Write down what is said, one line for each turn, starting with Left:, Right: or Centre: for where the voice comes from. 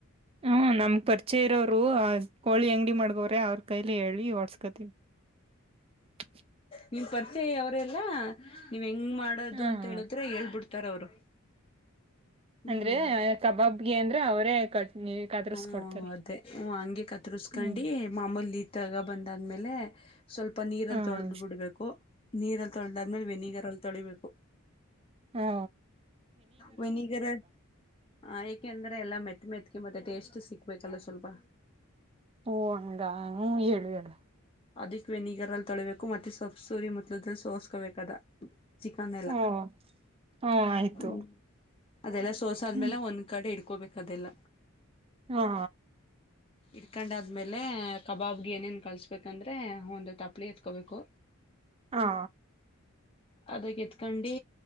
Right: ಹ್ಮ ನಮ್ ಪರ್ಚೆ ಇರೋರು ಕೋಳಿ ಅಂಗಡಿ ಮಾಡ್ಗೋರೆ ಅವ್ರ ಕೈಲಿ ಹೇಳಿ ಹೊಟ್ಸ್ಕೊತವಿ <unintelligible>
Left: ನೀನ್ ಪರಿಚಯ ಅವ್ರಲ್ಲಾ ನೀವ್ ಹೆಂಗ್ ಮಾಡೋದು
Right: ಹ
Left: ಅಂತ
Right: ಹ
Left: ಹೇಳಿದ್ರೆ ಹೇಳ್ಬಿಡ್ತ ಇತಾರ ಅವರು ಹ್ಮ್
Right: ಅಂದ್ರೆ ಕಬಾಬ್ಗೆ ಅಂದ್ರ ಅವರೇ ಕಟ್ ಕದರ್ಸ್ಕೊಡ್ತಾರೆ
Left: ಹ್ಮ್ ಅದೇ ಹ ಹಂಗೆ ಕತ್ರ್ಸ್ಕೊಂಡಿ
Right: ಹ್ಮ್
Left: ಮಾಮೂಲಿ ತಗ ಬಂದಾದ್ಮೇಲೆ. ಸ್ವಲ್ಪ ನೀರಲ್ಲಿ
Right: ಹ್ಮ್
Left: ತೊಳೆದ್ ಬಿಡ್ಬೇಕು ನೀರಲ್ಲಿ ತೊಳೆದಾದ್ಮೇಲೆ ವೆನಿಗರ್ ಅಲ್ಲಿ ತೊಳಿಬೇಕು
Right: ಹಾ
Left: ವಿನಿಗರ್ ಹ ಏಕೆಂದ್ರೆ ಎಲ್ಲಾ ಮೆತ್ ಮೆತ್ ಮತ್ತೆ ಟೇಸ್ಟ್ ಸಿಗ್ಬೇಕಲ್ಲ ಸ್ವಲ್ಪ್
Right: ಹಓ ಹಂಗ ಹ ಹೇಳುವ ಹೇಳ
Left: ಅದಿಕ್ ವೆನಿಗರ್ ಅಲ್ಲಿ ತೊಳಿಬೇಕು ಮತ್ತೆ ಸೊಪ್ಸೂರಿ ಮುತ್ತಲದಲ್ಲಿ ಸೋಸ್ಕೋಬೇಕದ ಚಿಕನ್ ಎಲ್ಲ
Right: ಓ ಹ್ಮ ಆಯ್ತು
Left: ಹ್ಮ್ ಅದೆಲ್ಲ ಸೋಸಾದ್ಮೇಲೆ
Right: ಹ್ಮ್
Left: ಒಂದ್ ಕಡೆ ಇಡ್ಕೋಬೇಕು ಅದೆಲ್ಲ
Right: ಹಾ
Left: ಇಡ್ಕಂಡ ಆದ್ಮೇಲೆ ಕಬಾಬ್ಗೆ ಏನೇನ್ ಕಳ್ಸ್ಬೇಕಂದ್ರೆ ಒಂದು ತಪ್ಲಿ ಎತ್ಕೋಬೇಕು
Right: ಹಾ
Left: <inaudible> ಅದಕ್ಕೆ ಎತ್ಕೊಂಡು